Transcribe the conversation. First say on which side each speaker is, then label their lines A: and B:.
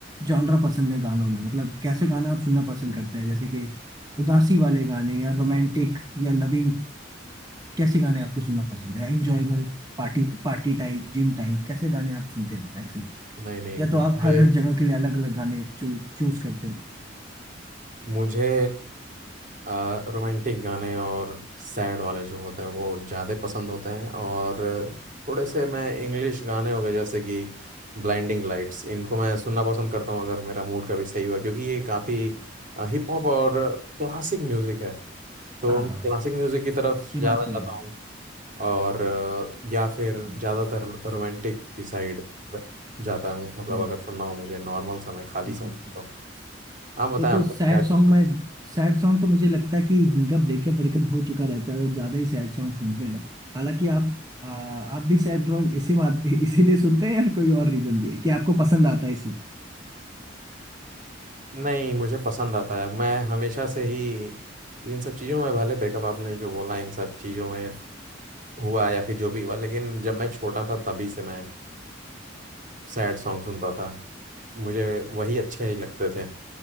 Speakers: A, on the right (about 20°); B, on the right (about 45°).
A: जॉनरा पसंद है गानों में मतलब कैसे गाना आप सुनना पसंद करते हैं जैसे कि उदासी वाले गाने या रोमांटिक या लविंग कैसे गाने आपको सुनना पसंद है Enjoyable party party time gym time कैसे गाने आप सुनते हैं मैक्सिमम
B: नहीं नहीं
A: या तो
B: मुझे
A: आप हर हर जगह के लिए अलग अलग गाने चू, चूज करते हो
B: मुझे रोमांटिक गाने और सैड वाले जो होते हैं वो ज़्यादा पसंद होते हैं और थोड़े से मैं इंग्लिश गाने हो गए जैसे कि ब्लाइंडिंग लाइट्स इनको मैं सुनना पसंद करता हूँ अगर मेरा मूड कभी सही हुआ क्योंकि ये काफ़ी हिप हॉप और क्लासिक म्यूज़िक है तो
A: हाँ
B: मैं
A: हाँ
B: क्लासिक म्यूज़िक की तरफ
A: ये
B: ज़्यादा
A: बात
B: जाता
A: तो है
B: हूँ और अ, या फिर
A: ये तो है।
B: ज़्यादातर रोमांटिक की साइड जाता हूँ मतलब
A: हम्म,
B: अगर सुनना हो मुझे नॉर्मल समय खाली
A: बिल्कुल
B: समय
A: बिल्कुल।
B: तो आप बताएं
A: ये तो
B: आपका
A: सैड
B: क्या है
A: सॉन्ग में सैड सॉन्ग तो मुझे लगता है कि जिनका ब्रेकअप ब्रेकअप हो चुका रहता है वो ज्यादा ही सैड सॉन्ग सुनते हैं हालांकि आप आ, आप भी सैड सॉन्ग इसी बात इसीलिए सुनते हैं या कोई और रीजन भी है कि आपको पसंद आता है इसलिए
B: नहीं मुझे पसंद आता है मैं हमेशा से ही इन सब चीज़ों में भले ब्रेकअप आपने जो बोला इन सब चीज़ों में हुआ या फिर जो भी हुआ लेकिन जब मैं छोटा था तभी से मैं सैड सॉन्ग सुनता था मुझे वही अच्छे ही लगते थे